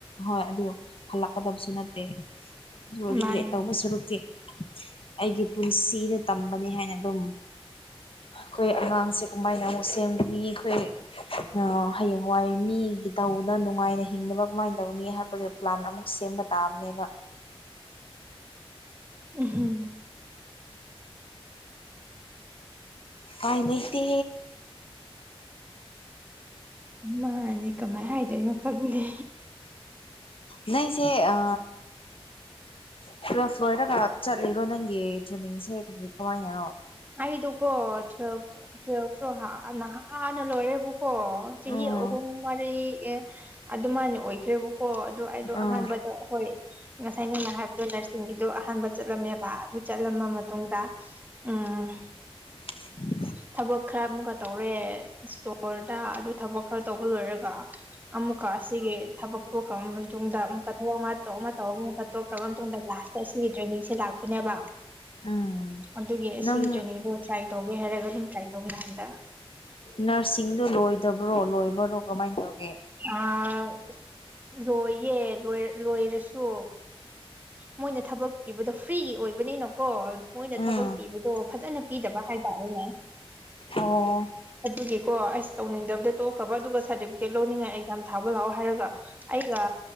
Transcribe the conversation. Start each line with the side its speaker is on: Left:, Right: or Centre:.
Left: ꯍꯣꯏ ꯑꯗꯨ ꯍꯜꯂꯛꯀꯗꯕꯁꯨ ꯅꯠꯇꯦ ꯑꯗꯨ ꯔꯤꯒ꯭ꯔꯦꯠ
Right: ꯃꯥꯅꯦ
Left: ꯇꯧꯕ ꯁꯔꯨꯛꯇꯤ ꯑꯩꯒꯤ ꯄꯨꯟꯁꯤꯗ ꯇꯝꯕꯅꯤ ꯍꯥꯏꯅ ꯑꯗꯨꯝ ꯑꯩꯈꯣꯏ ꯑꯉꯥꯡꯁꯦ ꯀꯃꯥꯏꯅ ꯑꯃꯨꯛ ꯁꯦꯝꯒꯅꯤ ꯑꯩꯈꯣꯏ ꯑ ꯍꯌꯦꯡꯋꯥꯏ ꯃꯤꯒꯤ ꯇꯧꯅ ꯅꯨꯡꯉꯥꯏꯅ ꯍꯤꯡꯅꯕ ꯀꯃꯥꯏꯅ ꯇꯧꯅꯤ ꯍꯥꯏꯕꯒꯤ ꯄ꯭ꯂꯥꯟ ꯑꯃꯨꯛ ꯁꯦꯝꯕ ꯇꯥꯑꯕꯅꯦꯕ
Right: ꯎꯍꯨꯝ
Left: ꯄꯥꯏ ꯂꯩꯇꯦ
Right: ꯃꯥꯅꯦ ꯀꯃꯥꯏꯅ ꯍꯥꯏꯗꯣꯏꯅꯣ ꯈꯪꯗꯦ꯫
Left: ꯅꯪꯁꯦ ꯑ ꯇꯨꯌꯦꯜꯐ ꯂꯣꯏꯔꯥꯒꯥ ꯆꯠꯂꯤꯔꯣ ꯅꯪꯒꯤ ꯇꯔ꯭ꯦꯅꯤꯡꯁꯦ ꯀꯔꯤ ꯀꯅꯥꯏꯅꯔꯣ?
Right: ꯑꯩꯗꯣ ꯀꯣ ꯇꯨꯌꯦꯜꯐ ꯇꯨꯌꯦꯜꯐ ꯇꯣ ꯍꯟꯅꯥ ꯅꯍꯥꯟꯅ ꯂꯣꯏꯔꯦꯕꯀꯣ ꯆꯍꯤ
Left: ꯎꯝ
Right: ꯑꯍꯨꯝ ꯃꯔꯤ ꯑꯦ ꯑꯗꯨꯃꯥꯏꯅ ꯑꯣꯏꯈ꯭ꯔꯦꯕ ꯀꯣ ꯑꯗꯣ ꯑꯩꯗꯣ
Left: ꯎꯝ
Right: ꯑꯍꯥꯟꯕꯗ ꯍꯣꯏ ꯉꯁꯥꯏ ꯅꯪꯅ ꯍꯥꯏꯔꯕꯗꯣ ꯅꯔꯁꯤꯡꯒꯤꯗꯣ ꯑꯍꯥꯟꯕ ꯆꯠꯂꯝꯃꯦ꯫ ꯄꯥ ꯑꯗꯨ ꯆꯠꯂꯝꯕ ꯃꯇꯨꯡꯗ ꯎꯝ
Left: <unintelligible>
Right: ꯊꯕꯛ ꯈꯔ ꯑꯃꯨꯛꯀ ꯇꯧꯔꯦ ꯏꯁꯇꯣꯔꯗ ꯑꯗꯨ ꯊꯕꯛ ꯈꯔ ꯇꯧꯕ ꯂꯣꯏꯔꯒ ꯑꯃꯨꯛꯀ ꯑꯁꯤꯒꯤ ꯊꯕꯛ ꯇꯣꯛꯈ꯭ꯔꯕ ꯃꯇꯨꯡꯗ ꯑꯃꯨꯛꯀ ꯊꯕꯛ ꯑꯃ ꯇꯧ ꯑꯃ ꯇꯧꯔꯒ ꯑꯃꯨꯛꯀ ꯇꯣꯛꯈ꯭ꯔꯕ ꯃꯇꯨꯡꯗ ꯂ ꯇ ꯑꯁꯤꯒꯤ ꯇ꯭ꯔꯦꯅꯤꯡꯁꯦ ꯂꯥꯛꯄꯅꯦꯕ
Left: ꯎꯝ
Right: ꯑꯗꯨꯒꯤ ꯑꯁꯤꯒꯤ
Left: ꯅꯪ
Right: ꯇ꯭ꯔꯦꯅꯤꯡꯗꯣ ꯇ꯭ꯔꯥꯏ ꯇꯧꯒꯦ ꯍꯥꯏꯔꯒ ꯑꯗꯨꯝ ꯇ꯭ꯔꯥꯏ ꯇꯧꯅꯤ ꯍꯟꯗꯛ꯫
Left: ꯅꯔꯁꯤꯡꯗꯣ ꯂꯣꯏꯗꯕ꯭ꯔꯣ ꯂꯣꯏꯕ꯭ꯔꯣ ꯀꯃꯥꯏꯅ ꯇꯧꯒꯦ?
Right: ꯑ ꯂꯣꯏꯌꯦ ꯂꯣꯏꯔꯁꯨ ꯃꯣꯏꯅ ꯊꯕꯛ ꯏꯕꯗꯣ ꯐ꯭ꯔꯤꯒꯤ ꯑꯣꯏꯕꯅꯤꯅꯣ ꯀꯣ ꯃꯣꯏꯅ
Left: ꯎꯝ
Right: ꯊꯕꯛ ꯄꯤꯕꯗꯣ ꯐꯖꯅ ꯄꯤꯗꯕ ꯍꯥꯏꯇꯥꯔꯦꯅꯦ꯫
Left: ꯑꯣ
Right: ꯑꯗꯨꯒꯤꯀꯣ ꯑꯁ ꯇꯧꯅꯤꯡꯗꯕꯗ ꯇꯣꯛꯈ꯭ꯔꯕ ꯑꯗꯨꯒ ꯁꯥꯔꯇꯤꯐꯤꯀꯦꯠ ꯂꯧꯅꯤꯡꯉꯥꯏ ꯑꯦꯛꯖꯥꯝ ꯊꯥꯕ ꯂꯥꯛꯑꯣ ꯍꯥꯏꯔꯒ ꯑꯩꯒ